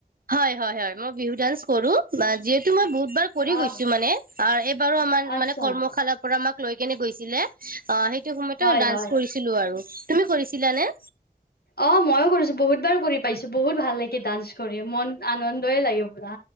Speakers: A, on the right; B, on the left.
A: হয় হয় হয় মই বিহু ডান্স কৰো যিহেতু মই বহুত এবাৰ কৰি
B: অহ।
A: গৈছো মানে এইবাৰো আমাৰ
B: আচ্ছা
A: কৰ্মশালাত পৰা আমাক লৈ কেনে গৈছিলে অ সেইটো সময়তে
B: হয়
A: ডান্স
B: হয়।
A: কৰিছিলো আৰু তুমি কৰিছিলানে।
B: অ মইয়ো কৰিছো বহুত বাৰ কৰি পাইছো বহুত ভাল লাগে ডান্স কৰি মন আনন্দয়ে লাগে পুৰা।